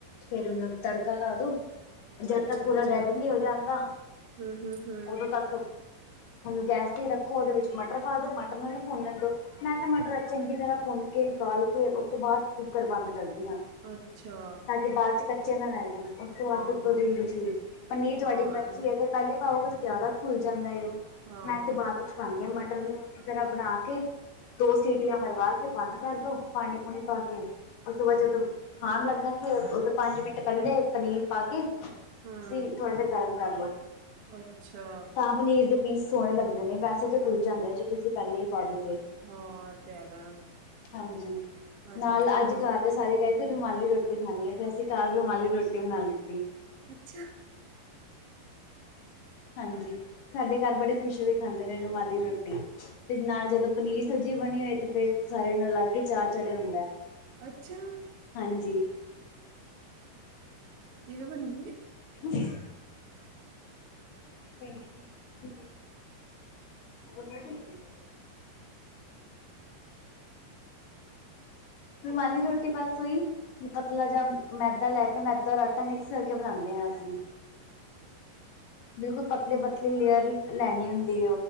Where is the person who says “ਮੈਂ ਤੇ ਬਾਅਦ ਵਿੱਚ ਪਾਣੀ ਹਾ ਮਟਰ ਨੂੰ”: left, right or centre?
Left